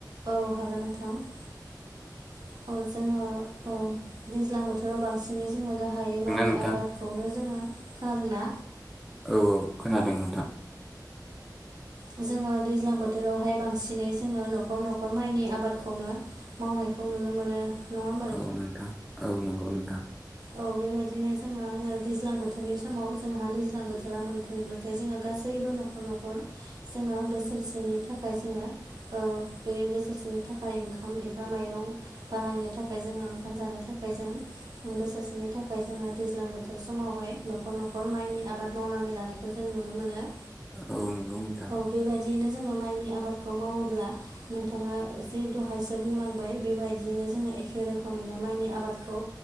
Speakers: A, on the right; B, in the centre.
A: औ हागोन नोंथां। औ जोङो ओ दैज्लां बोथोराव बांसिन नैनो जोङो गाहायै माइनि
B: नोंथां
A: आबादखौनो जोङो खोनादों ना?
B: औ खोनादों नोंथां।
A: औ जोङो दैज्लां बोथोरावहाय बांसिनै जोङो न'खर न'खर माइनि आबाद खौनो मावनायखौ नुनो मोनो। नङा होमबा
B: औ नोंथां औ नंगौ नोंथां।
A: औ बेबायदिनो जोङो दैज्लां ओ बोथोरनि समाव जोंहा दैज्लां बोथोरा मोनफैयोब्लाथाय जोङो गासैबो न'खर न'खर जोङो बोसोरसेनि थाख खाय जोङो ओ बे बोसोरसेनि थाखाय ओंखाम एबा माइरं बानायनो थाखाय जोङो ओंखाम जानो थाखाय जों बोसोरसेनि थाखाय जोङो दैज्लां बोथोर समावहाय न'खर न'खर माइनि आबाद मावनानै लानायखौ जों नु नुनो मोनो।
B: औ नंगौ नोंथां।
A: औ बेबायदियैनो जोङो माइनि आबादखौ मावोब्ला नोंथाङा जि दहायसो बुंलांबाय बेबायदियैनो जोङो एखे रोखोमैनो माइनि आबादखौ